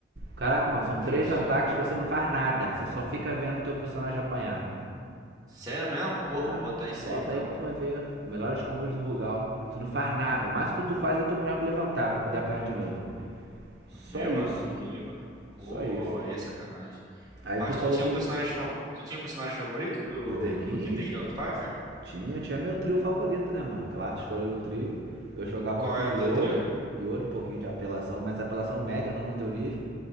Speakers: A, on the right; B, on the right.
A: Caraca, mano, são três
B: Vixe.
A: ataques que você não faz nada. Você só fica vendo o teu personagem apanhar.
B: Sério mesmo? Pô,
A: Ah,
B: vou botar isso
A: bota
B: aí então,
A: aí que
B: mano.
A: tu vai ver os melhores combos do Rugal. Tu não faz nada. Mas o que tu faz é teu boneco levantar pra poder apanhar de novo. Só
B: Meu
A: isso.
B: amigo. Pô,
A: Só isso.
B: aí é sacanagem.
A: Aí
B: Mas
A: tu falou
B: tu tinha
A: do.
B: um personagem favor... tu tinha um personagem favorito do
A: Do The King?
B: do Ki- The King of Fighters, mano?
A: Tinha, tinha meu trio favorito, né, mano? Claro, escolhi o trio. Eu jogava
B: Qual
A: com
B: era
A: o Iori.
B: o teu trio?
A: Iori, um pouquinho de apelação, mas apelação média, não no teu nível.